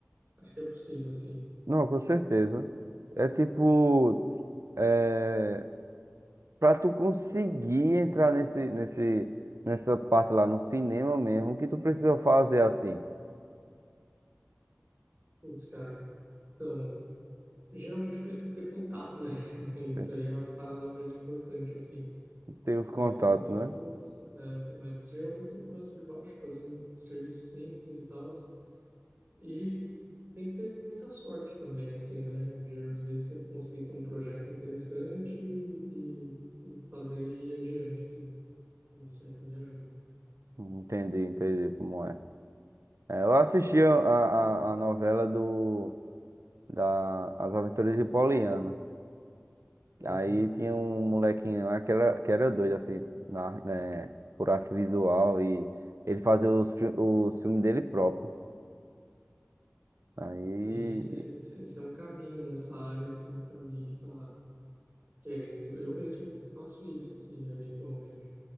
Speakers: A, on the right (about 45°); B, on the right (about 75°).
A: acho que é possível, assim.
B: Não, com certeza. É tipo, é, pra tu conseguir entrar nesse, nesse, nessa parte lá no cinema mesmo, o que tu precisa fazer assim?
A: Putz, cara, então, geralmente precisa ter contato, né? <laughs> Isso
B: Tem que
A: aí é a parada mais importante, assim.
B: ter os
A: Mas
B: contatos,
A: você tem que
B: né?
A: começar, né? Mas geralmente você começa de baixo, fazendo serviço simples e tal. E tem que ter muita sorte também, assim, né? De às vezes você conseguir ter um projeto interessante e, e, e fazer ele ir adiante, assim. Isso aí também ajuda.
B: Entendi, entendi como é. É, eu assisti a, a, a a novela do, da, As Aventuras de Poliana.
A: Uhum.
B: Aí tinha um molequinho lá que era, que era doido, assim, na, né, por arte visual e ele fazia os, fi- os filmes dele próprio. Aí,
A: Sim, esse, esse, esse é um caminho nessa área, assim, para alguém que está querendo. Eu mesmo faço isso, assim, eventualmente.